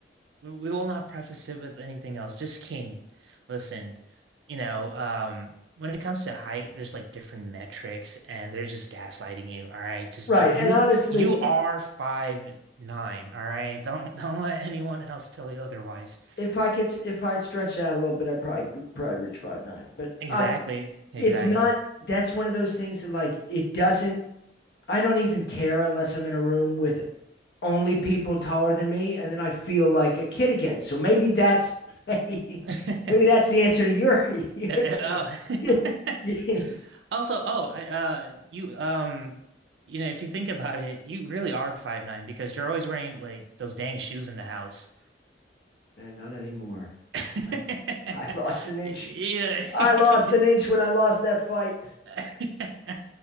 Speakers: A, on the right; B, on the left.
A: We, we will not preface it with anything else. Just king. Listen, you know, um, when it comes to height, there's like different metrics, and they're just gaslighting you. All right, just
B: Right.
A: you,
B: And honestly,
A: you are five nine. All right, don't <laughs> don't let anyone else tell you otherwise.
B: if I could, if I stretched out a little bit, I'd probably probably reach five nine. But
A: Exactly,
B: on,
A: exactly.
B: it's not. That's one of those things that like it doesn't. I don't even care unless I'm in a room with only people taller than me, and then I feel like a kid again. So maybe that's <laughs> maybe
A: <laughs>
B: maybe that's the answer to your your
A: Uh, uh,
B: thing.
A: oh.
B: <laughs>
A: <laughs>
B: Yeah.
A: Also, oh, I uh you um you know, if you think about it, you really are five nine because you're always wearing like those dang shoes in the house.
B: And not anymore.
A: <laughs>
B: I <laughs> I lost an inch.
A: You know,
B: I
A: <laughs>
B: lost an inch when I lost that fight.
A: uh,